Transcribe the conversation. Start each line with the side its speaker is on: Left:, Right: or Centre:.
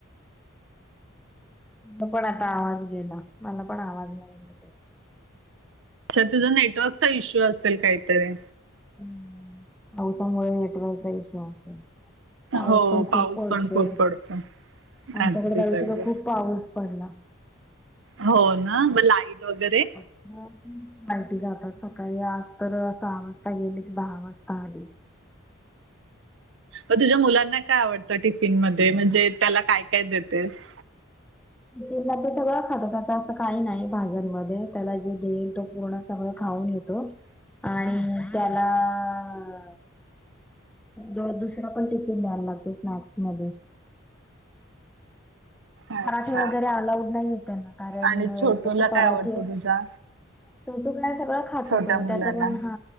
Centre: तुमचा पण आता आवाज गेला, मला पण आवाज नाही येत आहे.
Right: सई तुझा नेटवर्कचा इश्यू असेल काहीतरी,
Centre: अच्छा. पावसामुळे नेटवर्क चा इश्यू असेल. पाऊस
Right: हो,
Centre: पण खूप
Right: पाऊस
Centre: पडतोय,
Right: पण खूप पडतो.
Centre: आमच्याकडे
Right: अगदीच,
Centre: तर या वर्षी
Right: अगदी.
Centre: तर खूप पाऊस पडला.
Right: हो ना, मग लाईट वगैरे
Centre: हो लाईटी जातात. सकाळी आज तर सहा वाजता गेली आणि दहा वाजता आली.
Right: मग तुझ्या मुलांना काय आवडतं टिफिन मध्ये म्हणजे त्याला काय काय देतेस?
Centre: जे दिलं ते सगळ खातात असं काही नाही. भाज्यांमध्ये त्याला जे देईल तो पूर्ण सगळ खाऊन येतो आणि त्याआला आ आ रोज दुसरा पण टिफिन द्यायला लागतो स्नॅक्स मध्ये
Right: अच्छा
Centre: पराठे वगैरे अलाउड नाहीए त्यांना कारण
Right: आणि छोटूला
Centre: जस, पराठे
Right: काय आवडतं तुझ्या?
Centre: छोटू ना सगळं खातो
Right: छोट्या
Centre: तो
Right: मुलाला
Centre: त्याचा पण हा